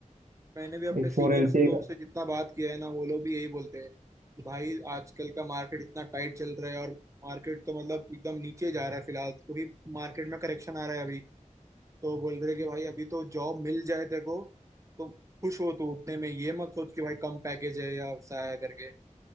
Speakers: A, on the right; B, on the right.
A: मैंने भी अपने
B: एक
A: सीनियर्स
B: फोर एल पी एक
A: लोग से जितना बात किया है ना वो लोग भी यही बोलते हैं कि भाई आजकल का मार्केट इतना टाइट चल रहा है और मार्केट तो मतलब एकदम नीचे जा रहा है फिलहाल क्योंकि मार्केट में करेक्शन आ रहा है अभी तो बोल रहे कि भाई अभी तो जॉब मिल जाए तेरे को तो खुश हो तू उतने में ये मत सोच कि भाई कम पैकेज है या ऐसा है करके